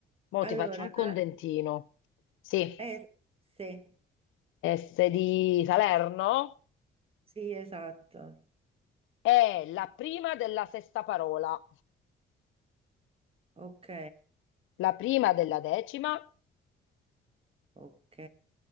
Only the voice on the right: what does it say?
Allora,
la
eh, sì,
sì, esatto.
Ok,
ok.